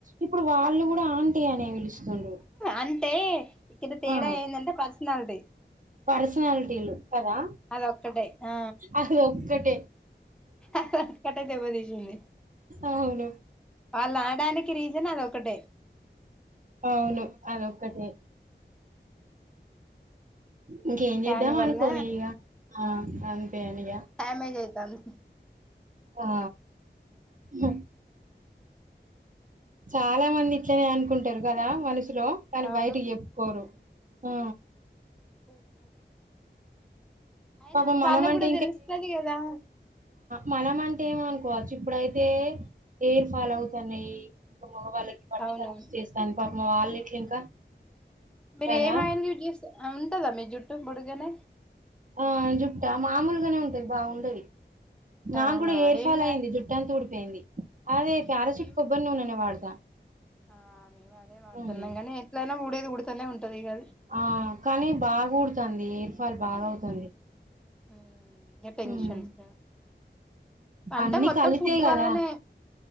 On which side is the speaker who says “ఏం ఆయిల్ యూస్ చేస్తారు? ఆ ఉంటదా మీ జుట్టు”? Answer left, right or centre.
Centre